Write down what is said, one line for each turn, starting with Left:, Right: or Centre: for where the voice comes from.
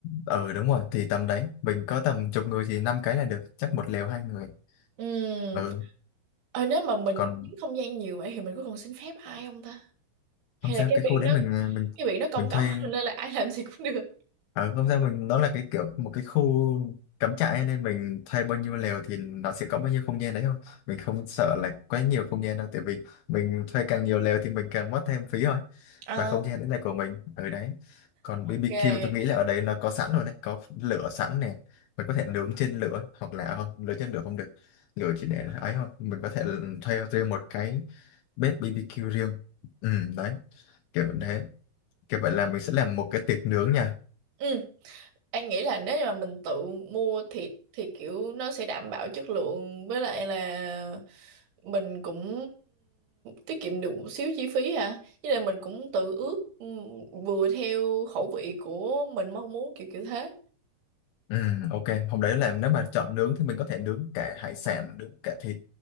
Left: ừ đúng rồi, thì tầm đấy, mình có tầm chục người thì năm cái là được, chắc một lều hai người.
Right: Ừm,
Left: Ừ,
Right: ờ, nếu mà mình
Left: còn
Right: chiếm không gian nhiều vậy thì mình có cần xin phép ai không ta? Hay
Left: không sao,
Right: là cái
Left: cái
Right: biển
Left: khu đấy
Right: nó
Left: mình mình
Right: cái biển nó công
Left: mình
Right: cộng
Left: thuê
Right: <laughs> nên là ai làm gì cũng được.
Left: À, không sao mình nó là cái kiểu một cái khu cắm trại ấy, nên mình thuê bao nhiêu lều thì nó sẽ có bao nhiêu không gian đấy thôi mình không sợ là quá nhiều không gian đâu tại vì mình thuê càng nhiều lều thì mình càng mất thêm phí thôi
Right: À,
Left: và không gian đấy là của mình ở đấy còn
Right: ok.
Left: BBQ tôi nghĩ là ở đấy nó có sẵn rồi đấy có lửa sẵn nè mình có thể nướng trên lửa hoặc là không nướng trên lửa không được lửa chỉ để ấy thôi mình có thể thuê riêng một cái bếp BBQ riêng ừ đấy kiểu thế kiểu vậy là mình sẽ làm một cái tiệc nướng nha
Right: Ừ, anh nghĩ là nếu như mà mình tự mua thịt thì kiểu nó sẽ đảm bảo chất lượng với lại là mình cũng tiết kiệm được một xíu chi phí hả? Với lại mình cũng tự ướp ừm, vừa theo khẩu vị của mình mong muốn kiểu kiểu thế.
Left: Ừ, ok. Hôm đấy là nếu mà chọn nướng thì mình có thể nướng cả hải sản, nướng cả thịt.